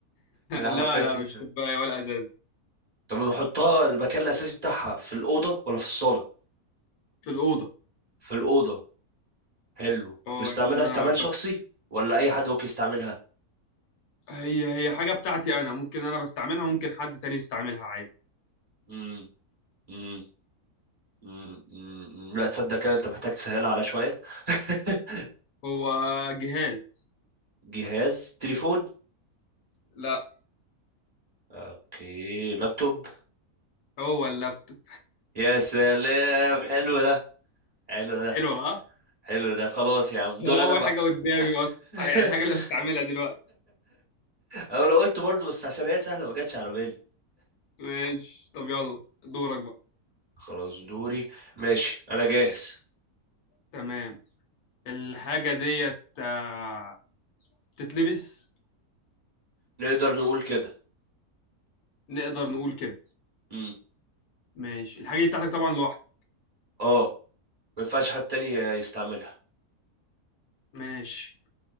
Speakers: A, on the right (about 30°); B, on the left (about 75°).
A: خليني أحاول
B: لا
A: فيها
B: لا
A: تاني
B: مش
A: شوية
B: كوباية ولا ازاز
A: طب نحطها المكان الأساسي بتاعها في الأوضة ولا في الصالة
B: في الأوضة
A: في الأوضة حلو
B: اه
A: بيستعملها
B: يعني انا
A: استعمال
B: بس
A: شخصي ولا اي حد ممكن يستعملها
B: هي هي حاجه بتاعتي انا ممكن انا بستعملها ممكن حد تاني يستعملها عادي
A: امم امم امم أمم. لا تصدق كده انت محتاج تسهلها على شوية <laughs>
B: هو جهاز
A: جهاز تليفون
B: لا
A: اوكي لابتوب
B: هو اللابتوب
A: يا سلام حلو ده حلو ده
B: حلو ها
A: حلو ده خلاص يا عم دور
B: هو اول
A: انا بقى
B: حاجه قدامي اصلا
A: <laughs>
B: آه، يعني الحاجه اللي بستعملها دلوقتي
A: او لو قلت برضه بس عشان هي سهلة ما جاتش على بالي
B: ماشي طب يلا دورك بقى
A: خلاص دوري ماشي انا جاهز
B: تمام الحاجه ديت آه، بتتلبس
A: نقدر نقول كده
B: نقدر نقول كده
A: امم
B: ماشي الحاجه دي بتاعتك طبعا لوحدك
A: اه ما ينفعش حد تاني يستعملها
B: ماشي